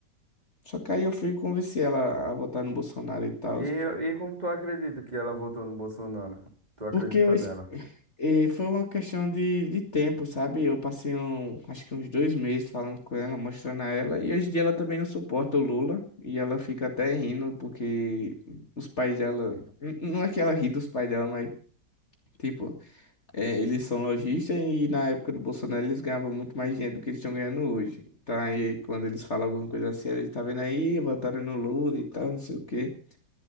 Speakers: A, on the left (about 40°); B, on the right (about 25°).
A: Só que aí eu fui e convenci ela a votar no Bolsonaro e tal.
B: E, e como tu acredita que ela votou no Bolsonaro? Tu acredita
A: Porque eu, es-
B: nela?
A: eh, foi uma questão de, de tempo, sabe? Eu passei um, acho que uns dois meses falando com ela, mostrando a ela. E hoje em dia ela também não suporta o Lula. E ela fica até rindo, porque os pais dela. n- Não é que ela ri dos pais dela, mas. Tipo, eh, eles são lojistas e na época do Bolsonaro eles ganhavam muito mais dinheiro do que eles estão ganhando hoje. Então aí quando eles falam alguma coisa assim, eles tá vendo aí, votaram no Lula e tal, não sei o quê.